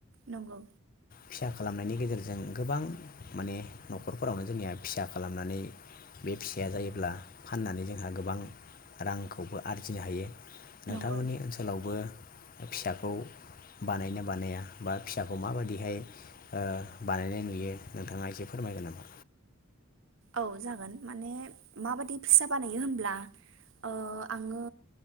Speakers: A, on the right; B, on the left.
A: नंगौ
B: फिसा खालामनायनि गेजेरजों जों गोबां माने न'खरफोरावनो जोंनिया फिसा खालामनानै बे फिसाया जायोब्ला फाननानै जोंहा गोबां रांखौबो आरजिनो हायो। नोंथांमोननि
A: नंगौ
B: ओनसोलावबो फिसाखौ बानायना बानाया बा फिसाखौ माबायदिहाय ओ बानायनाय नुयो नोंथाङा एसे फोरमायगोन नामा?
A: औ जागोन माने माबायदि फिसा बानायो होनब्ला ओ आङो